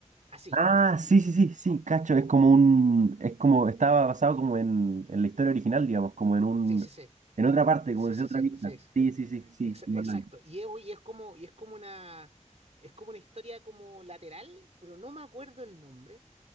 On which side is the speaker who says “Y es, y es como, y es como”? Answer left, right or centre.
Right